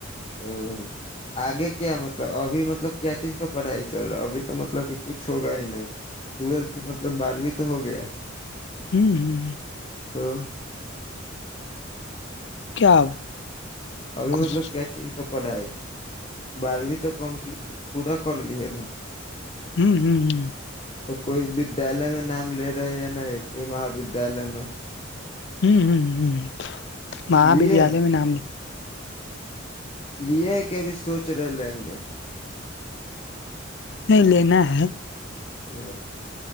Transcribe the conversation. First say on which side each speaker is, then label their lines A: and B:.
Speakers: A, on the left (about 30°); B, on the left (about 60°).
A: ا آگے کیا مطلب ابھی مطلب کیا چیز کا پڑھائی چل رہا ہے ابھی تو مطلب کہ کچھ ہوگا ہی نہیں ٹویلتھ مطلب بارہویں تو ہو گیا
B: ہوں ہ ہ <unintelligible>
A: تو <inaudible>
B: کیا
A: ابھی
B: کچھ
A: مطلب کیا چیز ک پڑھائی بارہویں تو کمپ پورا کر لیے نا
B: ہوں ہوں ہ
A: تو کوئی ودیالیہ میں نام لے رہے یا نہیں کوئی مہ ودیالیہ میں
B: ہوں ہ ہ <inaudible> مہا
A: لیے
B: ودیالیہ میں نام ل
A: لیے کہب سوچ رہے لیں گے
B: نہیں لینا ہے
A: ا